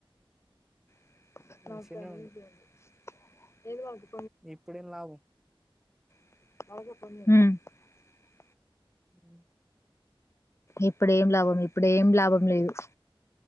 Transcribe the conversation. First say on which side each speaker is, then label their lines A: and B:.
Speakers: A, on the left; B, in the centre.
A: <unintelligible>
B: మంచిగానే ఉండు
A: <unintelligible>
B: ఇప్పుడేం లాభం
A: ఆమ్
B: అహ
A: ఇప్పుడేం లాభం ఇప్పుడేం లాభం లేదు